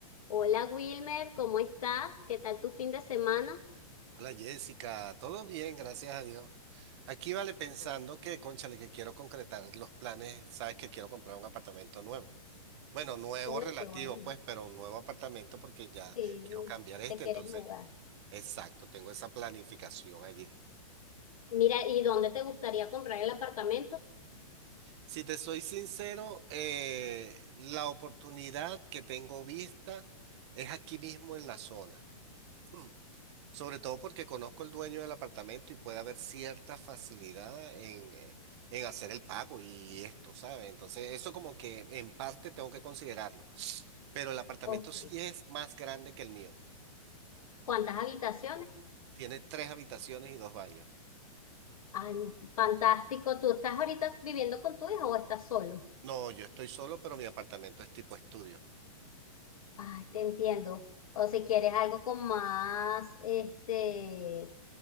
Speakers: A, on the left; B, on the right.
A: Hola Wilmer, ¿cómo estás? ¿Qué tal tu fin de semana?
B: Hola Jessica, todo bien, gracias a Dios. Aquí vale pensando
A: Ajá.
B: que, cónchale, que quiero concretar los planes, sabes que quiero comprar un apartamento nuevo. Bueno, nuevo
A: Uy,
B: relativo,
A: qué bueno.
B: pues, pero un nuevo apartamento porque ya
A: Sí,
B: quiero cambiar este,
A: te quieres
B: entonces,
A: mudar?
B: exacto, tengo esa planificación allí.
A: Mira, ¿y dónde te gustaría comprar el apartamento?
B: Si te soy sincero, eh, la oportunidad que tengo vista es aquí mismo en la zona. <clears throat> Sobre todo porque conozco el dueño del apartamento y puede haber cierta facilidad en, eh, en hacer el pago y esto, ¿sabes? Entonces, eso como que en parte tengo que considerarlo. Pero el apartamento
A: Ok.
B: sí es más grande que el mío.
A: ¿Cuántas habitaciones?
B: Tiene tres habitaciones y dos baños.
A: Ay, fantástico. ¿Tú estás ahorita viviendo con tu hijo o estás solo?
B: No, yo estoy solo, pero mi apartamento es tipo estudio.
A: Ay, te entiendo. O si quieres algo con más, este,